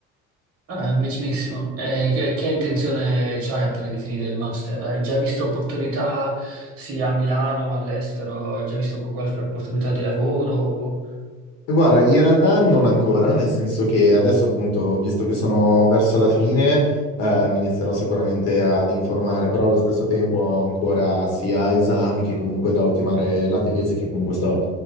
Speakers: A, on the right; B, on the left.
A: Ah, è vicinissimo. E che, che intenzione c'hai appena di finire il master? Hai già visto opportunità sia a Milano, all'estero? Hai già visto qualche opportunità di lavoro?
B: E guarda, in realtà non ancora, nel senso che adesso appunto, visto che sono verso la fine, eh, mi inizierò sicuramente ad informare, però allo stesso tempo ho ancora sia esami che comunque da ultimare la tesi, che comunque sto